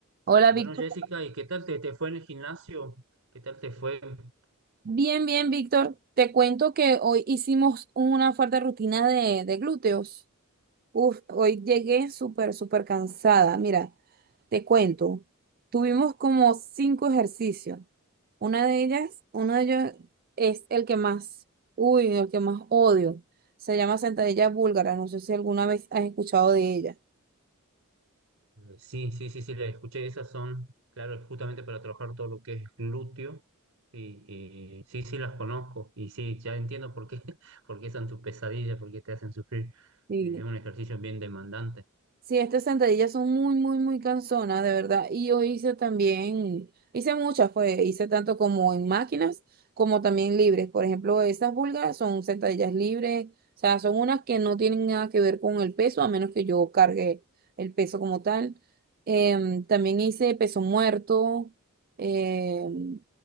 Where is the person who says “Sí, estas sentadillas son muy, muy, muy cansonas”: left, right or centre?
Right